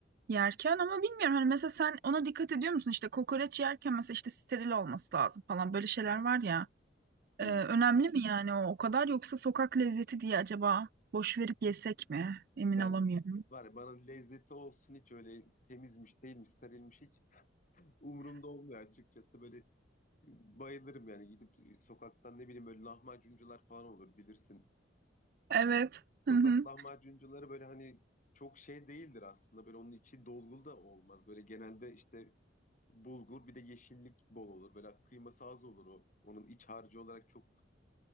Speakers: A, on the right (about 50°); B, on the left (about 40°).
A: yerken ama bilmiyorum hani mesela sen ona dikkat ediyor musun işte kokoreç yerken mesela işte steril olması lazım falan böyle şeyler var ya. Ee,
B: Hı.
A: önemli mi yani o o kadar yoksa sokak lezzeti diye acaba boş verip yesek mi? Emin
B: Ben
A: olamıyorum.
B: var ya bana lezzeti olsun hiç öyle temizmiş değilmiş serilmiş hiç umurumda olmuyor açıkçası böyle Bayılırım yani gidip e, sokaktan ne bileyim böyle lahmacuncular falan olur bilirsin.
A: Evet.
B: Sokak
A: Hı hı.
B: lahmacuncuları böyle hani çok şey değildir aslında böyle onun içi dolgulu da olmaz. Böyle genelde işte bulgur bir de yeşillik bol olur. Böyle kıyması az olur o. Onun iç harcı olarak çok